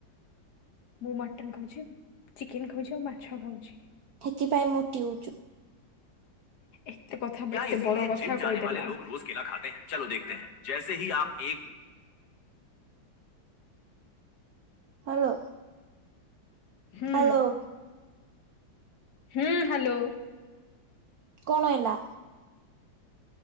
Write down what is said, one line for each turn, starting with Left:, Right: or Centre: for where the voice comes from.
Left: ମୁଁ ମଟନ ଖାଉଛି ଚିକେନ ଖାଉଛି ଆଉ ମାଛ ଖାଉଛି।
Right: ସେଥିପାଇଁ ମୋଟି ହଉଛୁ।
Left: ଏତେ କଥା କେତେ ବଡ଼ କଥା କହିଦେଲା। ଜେସେ ହି ଆପ ଏକ
Right: ହ୍ୟାଲୋ
Left: ହୁଁ
Right: ହ୍ୟାଲୋ
Left: ହୁଁ ହ୍ୟାଲୋ
Right: କଣ ହେଲା?